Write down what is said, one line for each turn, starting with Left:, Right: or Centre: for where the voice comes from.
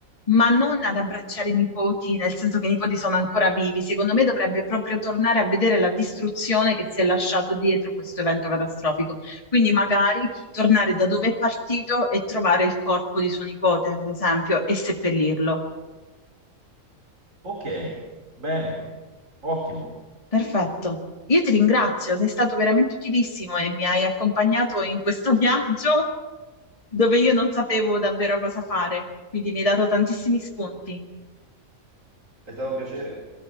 Left: ma non ad abbracciare i nipoti, nel senso che i nipoti sono ancora vivi. Secondo me dovrebbe proprio tornare a vedere la distruzione che si è lasciato dietro questo evento catastrofico. Quindi magari tornare da dove è partito e trovare il corpo di suo nipote, per esempio, e seppellirlo.
Right: Ok, bene, ottimo.
Left: Perfetto. Io ti ringrazio, sei stato veramente utilissimo e mi hai accompagnato in questo viaggio dove io non sapevo davvero cosa fare, quindi mi hai dato tantissimi spunti.
Right: È stato un piacere.